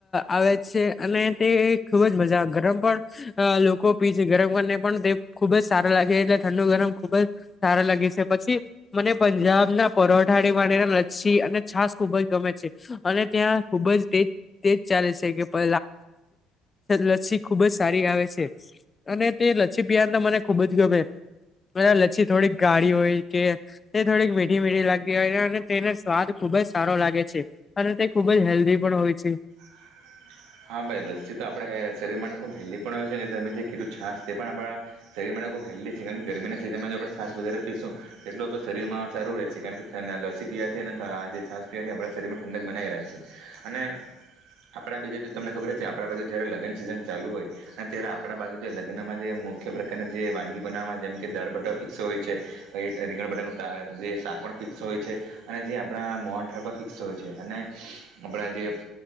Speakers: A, on the left; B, on the right.
A: આવે છે, અને તે ખૂબ જ મજા ગરમ પણ લોકો પી છે, ગરમ કરીને પણ તે ખુબ જ સારા લાગે છે, એટલે ઠંડુ ગરમ ખૂબ સારા લાગી છે, પછી મને પંજાબ ના પરોઠા વાડી લચ્છી, અને છાસ ખૂબ ખુજ ગમે છે, અને ત્યાં ખુબ જ તેજ તેજ ચાલે છે કે પ લચ્છી ખુબ જ સારી આવે છે, અને તે લચ્છી પીવા તો મને ખુબ જ ગમે બ લચ્છી થોડીક ગાળી હોય કે તે થોડીક મીઠી, મીઠી લાગતી હોય અને તેના સ્વાદ ખુબ જ સારો લાગે છે, અને તે ખુબ જ હેલ્ધી પણ હોય છે.
B: હમ હા ભાઈ લસ્સી તો આપણાે શરીર માટે ખૂબ હેલ્ધી પણ હોય છે, અને તમે જે કીધું છાશ તે પણ આપણા શરીર માટે હેલ્ છે, કારણ ગરમના સીઝનમાં આપણે શસ વધ પીશું એટલું શરીરમાં સારું રહે છે કારણ કે થસી પીવાથી છાસ પીવાથી આપણા શરીર માં ઠંડક બનાઈ રહ્યા છે, અને આપડા બીજા તમને ખબર જ છે કે આપણા બાજુ જ્યારે લગ્ન સિઝન ચાલુ હોય, અને ત્યારે આપણા બાજુ જે લગ્નમાં જે મુખ્ય પ્રકારની જે વાનગી બનાવવા જેમ કે દાળપટા ફિક્સ હોય છે, રીંગણ બટાનું જે શાક પણ ફિક્સ હોય છે. અને જે આપણા મન ફિક્સ હોય છે, અને આપડા જે